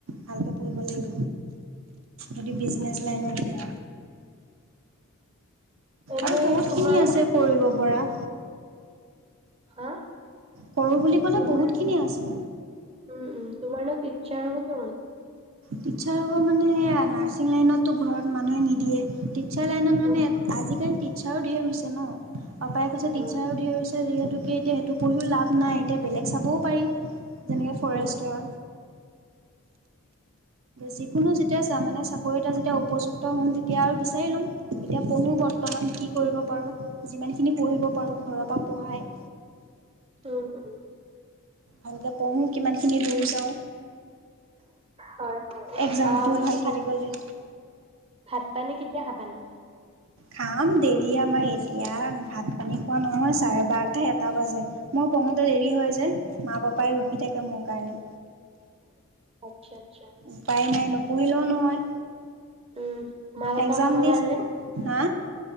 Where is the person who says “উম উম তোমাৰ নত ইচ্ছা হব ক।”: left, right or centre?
Right